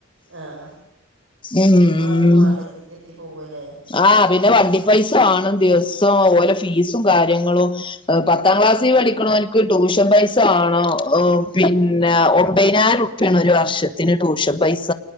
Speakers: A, on the right (about 65°); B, on the left (about 25°).
A: ആഹ്, ആഹ്,
B: ഉം
A: മൂന്നാൾക്കും മാണ്ട ത്തി എത്തി പോവ ല്ലേ?
B: ആഹ് പിന്നെ വണ്ടി പൈസ വാണം ദിവസ്സം ഓലെ ഫീസും കാര്യങ്ങളും എ് പത്താം ക്ലാസ്സിൽ പഠിക്കണോൻക്ക് ട്യൂഷൻ പൈസ ആണോ എ് പിന്നെ ഒമ്പയിനായിരം ഉർ റുപ്യ ആണ് ഒരു വർഷത്തിന് ട്യൂഷൻ പൈസ